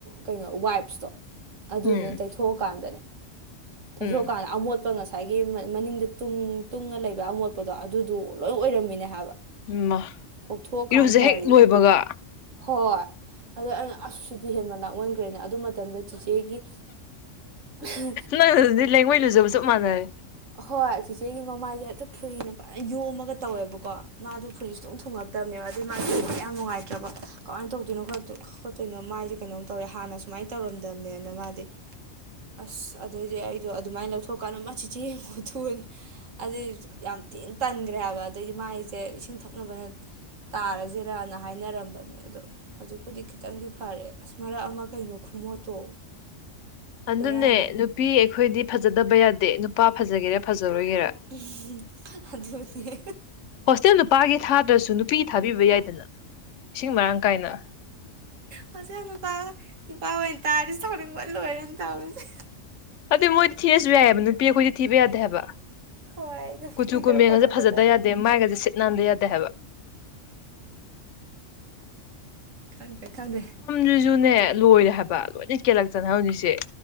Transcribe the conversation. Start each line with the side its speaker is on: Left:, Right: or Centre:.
Right: ꯀꯩꯅꯣ ꯋꯥꯏꯞꯁꯇꯣ
Left: ꯎꯝ
Right: ꯑꯗꯨꯗꯨꯅ ꯇꯩꯊꯣꯛꯑꯀꯥꯟꯗꯅꯦ ꯇꯩꯊꯣꯛꯑꯀꯥꯟꯗ
Left: ꯎꯝ
Right: ꯑꯃꯣꯠ ꯄꯥ ꯉꯁꯥꯏꯒꯤ ꯃꯥ ꯃꯅꯤꯡꯗ ꯇꯨꯡ ꯇꯨꯡꯉ ꯂꯩꯕ ꯑꯃꯣꯠꯄꯗꯣ ꯑꯗꯨꯗꯨ ꯂꯣꯏ ꯑꯣꯏꯔꯝꯃꯤꯅꯦ ꯍꯥꯏꯕ
Left: ꯎꯝ ꯃꯥ
Right: ꯀꯣꯛꯊꯣꯛꯑꯀꯥꯟ
Left: ꯏꯔꯨꯖ
Right: ꯐꯔꯤꯅꯦ
Left: ꯍꯦꯛ ꯂꯣꯏꯕꯒ
Right: ꯍꯣꯏ ꯑꯗ ꯑꯩꯅ ꯑꯁ ꯁꯤꯗꯤ ꯍꯦꯟꯃꯟ ꯂꯥꯛꯃꯟꯈ꯭ꯔꯦꯅ ꯑꯗꯨ ꯃꯠ ꯇꯝꯗ ꯆꯦꯆꯦꯒꯤ ꯑꯍꯥ
Left: ꯅꯪꯅꯗꯨꯗꯤ ꯂꯩꯉꯣꯏ ꯂꯨꯖꯕ ꯆꯞ ꯃꯥꯟꯅꯔꯦ
Right: ꯍꯣꯏ ꯆꯦꯆꯦꯒꯤ ꯃꯃꯥꯁꯦ ꯍꯦꯛꯇ ꯐꯨꯔꯤꯅ ꯐꯅ ꯌꯣꯝꯃꯒ ꯇꯧꯋꯦꯕꯀꯣ ꯃꯥꯗꯨ ꯐꯨꯔꯤ ꯁꯨꯛꯊꯨꯡ ꯊꯨꯡꯉꯛꯇꯕꯅꯦꯕ ꯑꯗꯨꯩ ꯃꯥꯁꯨ ꯌꯥꯝ ꯅꯨꯡꯉꯥꯏꯇ꯭ꯔꯕ ꯀꯃꯥꯏꯅ ꯇꯧꯗꯣꯏꯅꯣ ꯈꯣꯗꯦ ꯈꯣꯠꯇꯣꯏꯅꯣ ꯃꯥꯏꯁꯦ ꯀꯩꯅꯣꯝ ꯇꯧꯔꯦ ꯍꯥꯟꯅ ꯁꯨꯃꯥꯏꯅ ꯇꯧꯔꯝꯗꯕꯅꯦꯅ ꯃꯥꯗꯤ ꯑꯁ ꯑꯗꯩꯗꯤ ꯑꯩꯗꯣ ꯑꯗꯨꯃꯥꯏꯅ ꯂꯧꯊꯣꯛꯀꯥꯟꯗ ꯃꯥ ꯆꯤꯆꯦ ꯌꯦꯡꯉꯣ ꯊꯨ ꯍꯥꯏꯅ ꯑꯗꯩ ꯌꯥꯝ ꯊꯤꯟ ꯇꯟꯈ꯭ꯔꯦ ꯍꯥꯏꯕ ꯑꯗꯩꯗꯤ ꯃꯥꯏꯁꯦ ꯏꯁꯤꯡ ꯊꯛꯅꯕꯅ ꯇꯥꯔꯁꯤꯔꯅ ꯍꯥꯏꯅꯔꯝꯕꯅꯦ ꯑꯗꯣ ꯍꯧꯖꯤꯛꯄꯨꯗꯤ ꯈꯤꯇꯪꯗꯤ ꯐꯔꯦ ꯑꯁ ꯃꯔꯛ ꯑꯃ ꯀꯩꯅꯣ ꯈꯨꯃꯣꯠꯇꯣ
Left: ꯑꯗꯨꯅꯦ
Right: ꯕꯦꯔꯥꯅꯦ
Left: ꯅꯨꯄꯤ ꯑꯩꯈꯣꯏꯗꯤ ꯐꯖꯗꯕ ꯌꯥꯗꯦ ꯅꯨꯄꯥ ꯐꯖꯒꯦꯔꯥ ꯐꯖꯔꯣꯏꯒꯦꯔꯥ
Right: ꯏꯍꯤ ꯑꯗꯨꯅꯦ
Left: ꯍꯣꯁꯇꯦꯜ ꯅꯨꯄꯥꯒꯤ ꯊꯥꯗ꯭ꯔꯁꯨ ꯅꯨꯄꯤꯒꯤ ꯊꯥꯕꯤꯕ ꯌꯥꯏꯗꯅ ꯏꯁꯤꯡ ꯃꯔꯥꯡ ꯀꯥꯏꯅ
Right: ꯍꯣꯁꯇꯦꯜ ꯅꯨꯄꯥ ꯅꯨꯄꯥꯍꫭꯏ ꯇꯥꯔꯗꯤ ꯁꯥꯎꯅꯤꯡꯕꯟ ꯂꯣꯏꯔꯅꯤ ꯇꯧꯔꯤꯁꯦ
Left: ꯍꯥꯏꯗꯤ ꯃꯣꯏꯗꯤ ꯊꯤꯔꯁꯨ ꯌꯥꯏꯑꯦꯕ ꯅꯨꯄꯤ ꯑꯩꯈꯣꯏꯗꯤ ꯊꯤꯕ ꯌꯥꯗꯦ ꯍꯥꯏꯕ
Right: ꯍꯣꯏ ꯅꯨꯄꯤꯗꯤ
Left: ꯀꯨꯆꯨ ꯀꯨꯃꯦꯟꯒꯁꯦ
Right: ꯈꯔ ꯐꯖꯒꯗꯕꯅꯤ
Left: ꯐꯖꯗ ꯌꯥꯗꯦ ꯃꯥꯏꯒꯁꯦ ꯁꯤꯠ ꯅꯥꯟꯗ ꯌꯥꯗꯦ ꯍꯥꯏꯕ
Right: ꯈꯪꯗ꯭ꯔꯦ ꯈꯪꯗ꯭ꯔꯦ
Left: ꯖꯤꯁꯨꯨꯅꯦ ꯂꯣꯏꯔꯦ ꯍꯥꯏꯕ ꯂꯣꯏꯅ ꯀꯦꯜꯂꯛꯇꯅ ꯍꯧꯖꯤꯛꯁꯦ